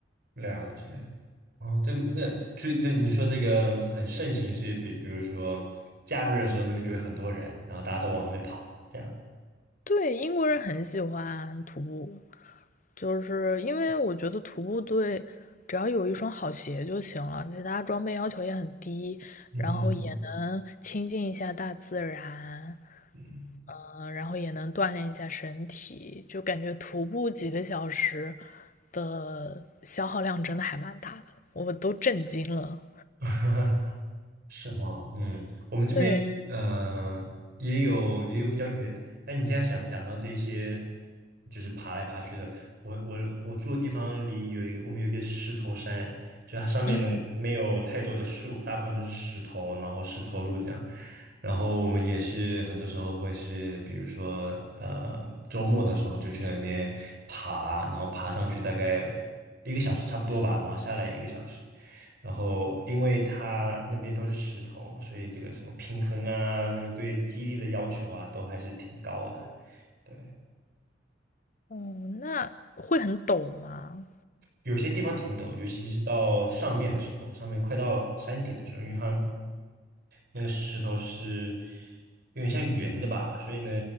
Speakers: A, on the right; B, on the left.
A: 了解。哦，这个那最对你说这个很盛行是比，比如说假日的时候那边就会很多人，然后大家都往那边跑，这样。
B: 对，英国人很喜欢徒步，就是因为我觉得徒步对，只要有一双好鞋就行了，其他装备要求也很低，
A: 嗯哼，
B: 然后也能亲近一下大自然，
A: 嗯，
B: 嗯、然后也能锻炼一下身体，就感觉徒步几个小时的消耗量真的还蛮大的，我都震惊了。
A: <laughs> 是吗？嗯，我们这边呃也有也有比较远的，
B: 对，
A: 但你现在想讲到这一些，就是爬来爬去的，我我我住的地方离有一个我们有一个石头山，就它上面呢没有太多的树，
B: 嗯，
A: 大部分都是石头，然后石头路这样，然后我们也是很多时候会是，比如说呃周末的时候就去那边爬，然后爬上去大概一个小时差不多吧，然后下来一个小时。然后因为它那边都是石头，所以这个什么平衡啊，那个对肌力的要求啊，都还是挺高的。对，
B: 哦，那会很陡吗？
A: 有些地方挺陡，尤其是到上面的时候，上面快到山顶的时候，因为它那个石头是有点像圆的吧，所以呢，